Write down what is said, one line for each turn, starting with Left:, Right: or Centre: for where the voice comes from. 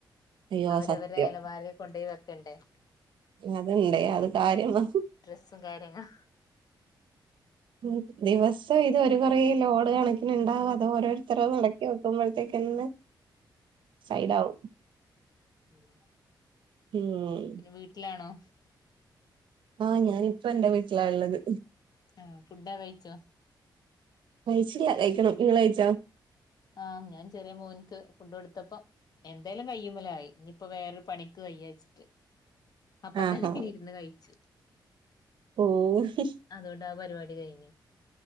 Right: അയ്യോ
Left: അവരവരുടെ
Right: സത്യം
Left: അലമാരയിൽ കൊണ്ട് പോയി വെക്കണ്ടെ
Right: അത്ണ്ട് അത് കാര്യമാ
Left: ഡ്രസ്സും കാര്യങ്ങളും
Right: ഉം ദിവസവും ഇതൊരു കുറേ ലോഡ് കണക്കിനുണ്ടാവും അതോ ഓരോരുത്തരതു ആണ് ക്കി വെക്കുമ്പോഴത്തേക്കെന്നെ സൈഡാവും.
Left: ഉം
Right: ഊം
Left: പിന്നെ വീട്ടിലാണോ?
Right: ആഹ് ഞാൻ ഇപ്പം എന്റെ വീട്ടിലാ ഉള്ളത്.
Left: ആഹ് ഫുഡൊക്കെ കഴിച്ചോ?
Right: കഴിച്ചില്ല കഴിക്കണം നിങ്ങൾ കഴിച്ചോ?
Left: ആഹ് ഞാൻ ചെറിയ മോൻക്ക് ഫുഡ് കൊടുത്തപ്പം എന്തായാലും കയ്യുമ്മലായി ഇനിയിപ്പോ വേറൊരു പണിക്ക് വയ്യാനിച്ചിട്ട് അപ്പ
Right: ആഹാ
Left: തന്നെ ഇരുന്ന് കയിച്ചു
Right: ഓഹ്
Left: അതു കൊണ്ട് ആ പരിപാടി കയിഞ്ഞു